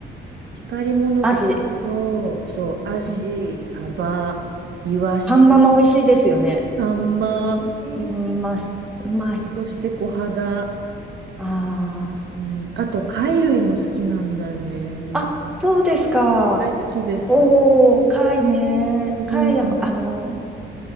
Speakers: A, on the right; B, in the centre.
A: 光り物系と、
B: あ、アジ。
A: そう、アジ、
B: うん。
A: サバ、イワシ、
B: 半マも美味しいですよね。
A: サンマ、
B: あん、
A: うん、
B: うん、まあ、しうまい。
A: そして小肌。
B: ああ。
A: うん、あと、貝類も好きなんだよね。
B: あ、そうですか。
A: 大好きです。
B: おー、貝ね。
A: うん。
B: 貝、あの、